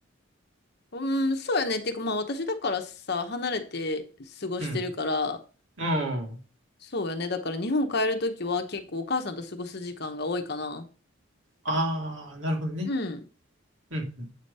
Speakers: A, on the left; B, on the right.
A: うん、そうやね。っていうか、まあ私だからさ、離れて過ごしてるから、
B: うん。あん。
A: そうやね。だから日本帰るときは結構お母さんと過ごす時間が多いかな。
B: ああ、なるほどね。
A: うん。
B: うんうん。